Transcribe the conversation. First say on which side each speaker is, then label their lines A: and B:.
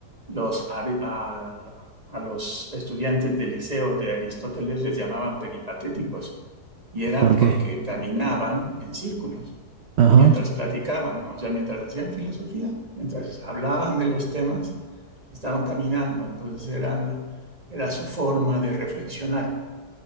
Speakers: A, on the right; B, on the right.
A: los, ari- a, a los estudiantes del liceo de Aristóteles les llamaban peripatéticos, y era
B: ¿por
A: porque
B: qué?
A: caminaban en círculos
B: Ajá,
A: mientras platicaban, o sea, mientras hacían filosofía, mientras hablaban de los temas estaban caminando, entonces era, era su forma de reflexionar.